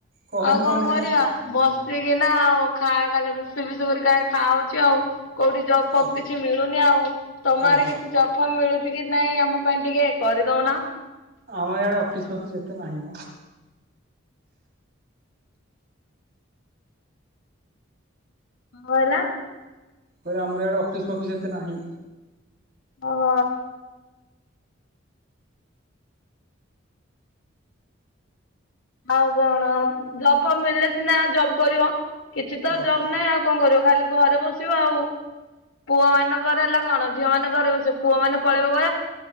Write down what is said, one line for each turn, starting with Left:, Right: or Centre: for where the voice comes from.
Right: କହନି
Left: ଆଉ
Right: କହନି
Left: କଣ କରିବା
Right: ହେରା।
Left: ବସିକିନା ଆଉ। ଖା ଖାଲି ରୋଷେଇ ବାସ କରିକୁ ଖାଲି ଖାଉଚି ଆଉ। କୋଉଠି ଜବ୍
Right: ଓ
Left: ଫବ୍ କିଛି ମିଳୁନି ଆଉ ତମଆଡେ
Right: ଓହୋ
Left: କିଛି ଜବ୍ ଫବ୍ ମିଳୁ ଚି କି ନାଇଁ ଆମ ପାଇଁ ଟିକେ କରି ଦଉନ।
Right: ଆମର ଆଡେ ଅଫିସ ଫଫିସ ଏତେ ନାହିଁ ମ।
Left: କଁ ହେଲା?
Right: କହିଲି ଆମର ଆଡେ ଅଫିସ ଫଫିସ ଏତେ ନାହିଁ।
Left: ଅ ହ। ଆଉ କଣ ଜବ ଫବ ମିଳିଲେ ସିନା ଜବ୍ କରିବ। କିଛି ତ
Right: ଓହୋ।
Left: ଜବ ନାହିଁ ଆଉ କଣ କରିବ, ଖାଲି ଘରେ ବସିବ ଆଉ। ପୁଅ ମାନଙ୍କର ହେଲା କଣ ଝିଅ ମାନେ ଘରେ ବସିବେ ପୁଅ ମାନେ ପଳେଇବେ